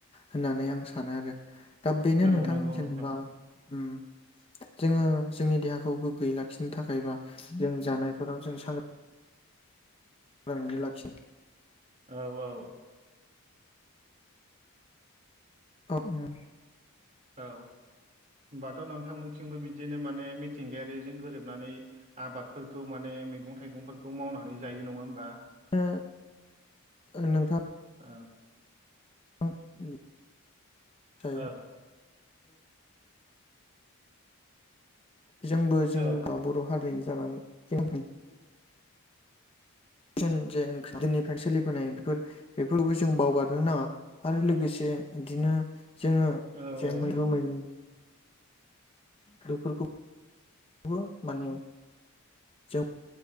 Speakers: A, on the left; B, on the right.
A: होननानै आं सानो आरो। दा बेनो
B: औ
A: नोंथां
B: नंगौ
A: जेनेबा
B: नोंथां
A: ओम जोंङो जोंनि देहाखौ गोग्गोयै लाखिनो थाखायबा जों जानायफोराव जों सां बांद्राय लाखि
B: औ औ
A: औ ओं
B: औ होनोमबाथ' नोंथांमोनथिंबो बिदिनो माने मिथिंगायारिजों गोरोबनानै आबादफोरखौ माने मैगं थाइगंफोरखौ मावनानै जायो नङा होमबा।
A: ओ ओनोंथां
B: औ
A: <unintelligible> जाय
B: ओं।
A: जोंबो
B: औ
A: जोंनि बर' हारिनि जानानै जों जों जेनिफ्राय सोलिबोनाय बेफोर बेफोरखौ जों बावगारनो नाङा आरो लोगोसे बिदिनो जोंङो
B: औ। औ
A: मैगं मैला बेफोरखौ‌ बो माने जों